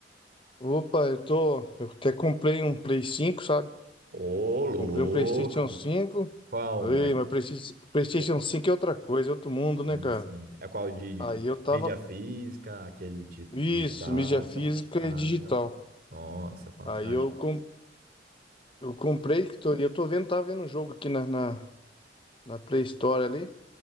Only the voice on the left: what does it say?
Opa, eu tô. Eu até comprei um Play cinco sabe?
Comprei um PlayStation cinco
Ei,
mas Playsta- PlayStation
cinco é outra coisa, é outro mundo, né,
cara?
Aí eu
tava.
Isso,
mídia física
e digital.
Aí eu, com... eu comprei, que tô... e eu tô vendo, tava vendo um jogo aqui na, na... na Play Store ali.